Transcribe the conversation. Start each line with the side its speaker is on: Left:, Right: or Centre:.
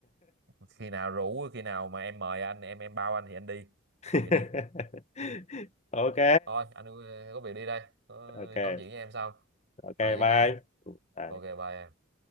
Right: khi nào rủ khi nào mà em mời anh em em bao anh thì anh đi
Left: <laughs>
Right: vậy đi
Left: ok
Right: thôi anh ờ, có việc đi đây có
Left: ok
Right: nói chuyện với em sau
Left: ok
Right: rồi vậy
Left: bye anh.
Right: ha
Left: Ừ, bye
Right: ok bye em